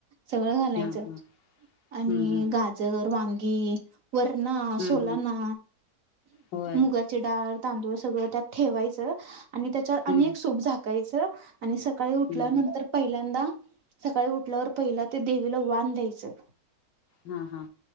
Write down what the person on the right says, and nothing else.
सगळं घालायचं
आणि
गाजर, वांगी वरणा
सोलाना
मुगाची डाळ तांदूळ सगळं त्यात ठेवायचं आणि त्याच्यावर
अनेक सूप झाकायचं. आणि सकाळी उठल्यानंतर
पहिल्यांदा सकाळी उठल्यावर पहिला ते देवीला वान द्यायचं.